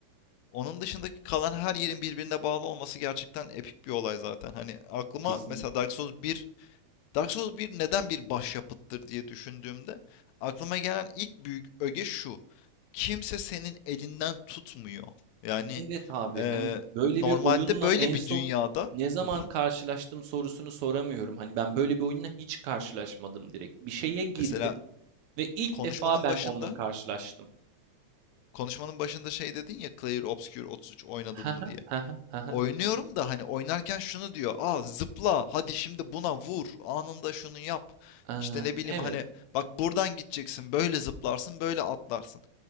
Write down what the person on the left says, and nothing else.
Onun dışındaki kalan her yerin birbirine bağlı olması gerçekten epik bir olay zaten. Hani aklıma
mesela Dark Souls bir Dark Souls bir neden bir başyapıttır diye düşündüğümde aklıma gelen ilk büyük öge şu. Kimse senin elinden tutmuyor. Yani
e,
normalde
böyle
bir
dünyada
hı hı,
mesela
konuşmanın
başında
konuşmanın başında şey dedin ya Clair Obscure 33 oynadın
mı
diye.
Oynuyorum
da hani oynarken şunu diyor. Aa zıpla hadi şimdi buna vur anında şunu yap.
İşte ne bileyim
hani bak buradan gideceksin böyle zıplarsın böyle atlarsın.